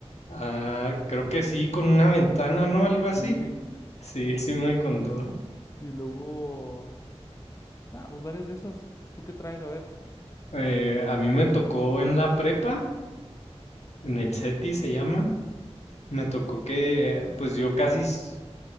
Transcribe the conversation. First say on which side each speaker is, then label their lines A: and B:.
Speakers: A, on the left; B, on the left.
A: Ah, creo que sí, con una ventana, ¿no? Algo
B: Sí.
A: así, sí, sí me contó,
B: Y luego, nada, pues varias de esas. ¿Tú qué traes? A ver.
A: Eh, a mí me tocó en la prepa, En el CETI se llama. Me tocó que, pues yo casi s-